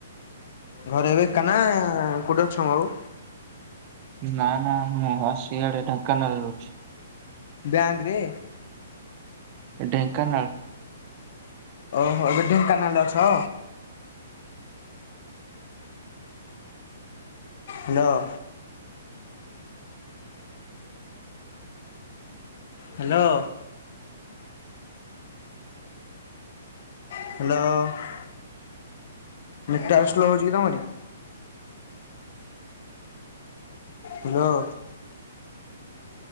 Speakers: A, on the left; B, on the right.
A: ଘରେ ଏବେ ଏକାନା, କେଉଁଠି ଅଛ ମ ଆଉ?
B: ନା ନା ମୁଁ ଆସି ଆଡେ ଢେଙ୍କାନାଳରେ ଅଛି।
A: ବ୍ୟାଙ୍କରେ?
B: ଢେଙ୍କାନାଳ
A: ଅହୋ ଏବେ ଢେଙ୍କାନାଳରେ ଅଛ? Hello. Hello. Hello. Network slow ହଉଛି କି ତମରି? ହାଲୋ।